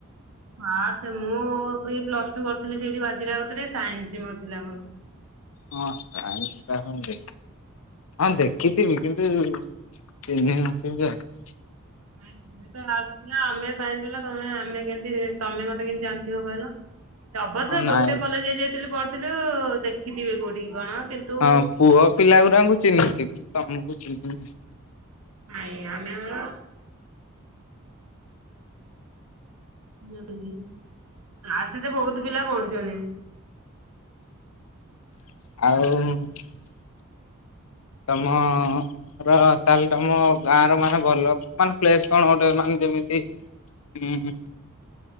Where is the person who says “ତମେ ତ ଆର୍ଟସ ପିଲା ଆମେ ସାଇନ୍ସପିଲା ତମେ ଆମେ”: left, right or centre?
Right